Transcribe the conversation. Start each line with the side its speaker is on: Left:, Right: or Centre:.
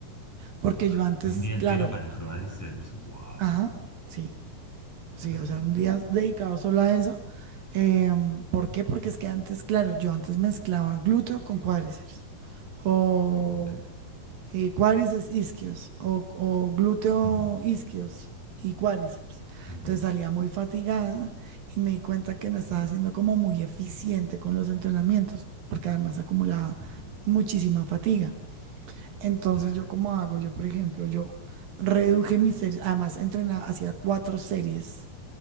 Right: Porque
Centre: total.
Right: yo antes,
Centre: Un día entero
Right: claro,
Centre: para Croadiceps. Wow,
Right: ajá, sí, sí,
Centre: tremendo.
Right: o sea, un día dedicado solo a eso. Em, ¿por qué? Porque es que antes, claro, yo antes mezclaba glúteo con cuádriceps. O
Centre: Ok.
Right: eh, cuádriceps isquios o, o glúteo
Centre: Ujú,
Right: isquios y cuádriceps.
Centre: ujú,
Right: Entonces salía muy fatigada y me di cuenta que no
Centre: Sí.
Right: estaba haciendo como muy eficiente con los entrenamientos, porque además acumulaba
Centre: ujú.
Right: muchísima fatiga. Entonces
Centre: Claro.
Right: yo como hago, yo por ejemplo, yo reduje mis series, además entrenaba, hacía cuatro series,